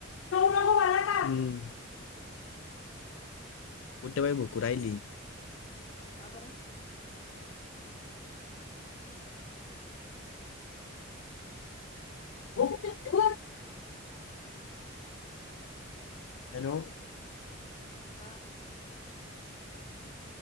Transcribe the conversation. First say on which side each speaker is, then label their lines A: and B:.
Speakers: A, on the left; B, on the left.
A: हम,
B: हम्म
A: मोठे बाई भुकु रायली.
B: का बर?
A: <inaudible> हॅलो.
B: हा,